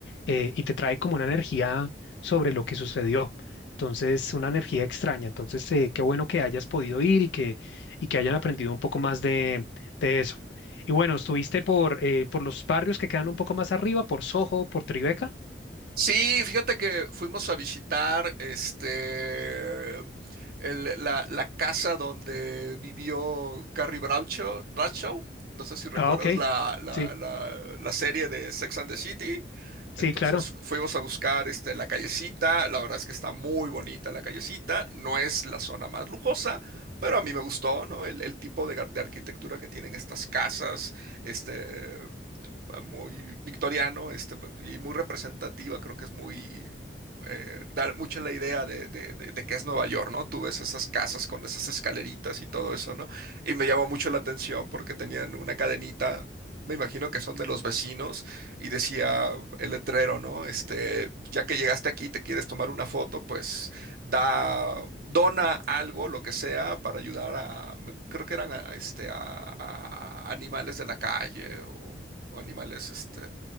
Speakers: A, on the left (about 80°); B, on the right (about 55°).
A: eh, y te trae como una energía sobre lo que sucedió. Entonces, una energía extraña. Entonces, eh, qué bueno que hayas podido ir y que, y que hayan aprendido un poco más de, de eso. Y bueno, estuviste por, eh, por los barrios que quedan un poco más arriba, por Soho, por Tribeca.
B: Sí, fíjate que fuimos a visitar este el- la, la casa donde vivió Carrie Bradshaw, Bradshaw. No sé si recuerdas
A: Ah, ok.
B: la, la,
A: Sí,
B: la- la serie de Sex and the City.
A: sí,
B: Entonces
A: claro.
B: fuimos a buscar este, la callecita. La verdad es que está muy bonita la callecita. No es la zona más lujosa, pero a mí me gustó, ¿no? El, el tipo de, gar- de arquitectura que tienen estas casas. Este, eh, muy victoriano, este, pues, y muy representativa, creo que es muy, eh, da mucho la idea de, de, de- de que es Nueva York, ¿no? Tú ves esas casas con esas escaleritas y todo eso, ¿no? Y me llama mucho la atención porque tenían una cadenita, me imagino que son de los vecinos, y decía el letrero, ¿no? Este, ya que llegaste aquí y te quieres tomar una foto, pues da, dona algo, lo que sea, para ayudar a, me- creo que eran a, este, a, a animales de la calle o, o animales, este,